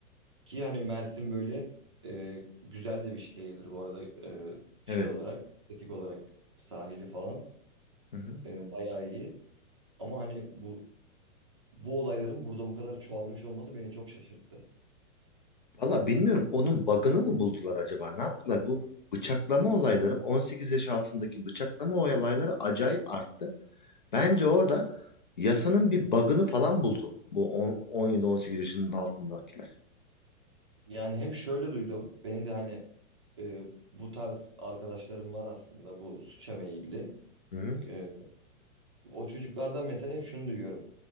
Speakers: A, on the right (about 25°); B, on the left (about 40°).
A: Ki hani Mersin böyle e, güzel de bir şehirdir bu arada e, şey
B: Evet.
A: olarak, estetik olarak sahili falan
B: Hı hı.
A: e, bayağı iyi. Ama hani bu bu olayların burada bu kadar çoğalmış olması beni çok şaşırttı.
B: Valla bilmiyorum onun bug'ını mı buldular acaba? Ne yaptılar? Bu bıçaklama olayları 18 yaş altındaki bıçaklama olayları acayip arttı. Bence orada yasanın bir bug'ını falan buldu. Bu on- 17-18 yaşının altındakiler.
A: Yani hem şöyle duydum. Benim de hani e, bu tarz arkadaşlarım var aslında bu suça meyilli.
B: Hı hı.
A: E, O çocuklardan mesela hep şunu duyuyorum.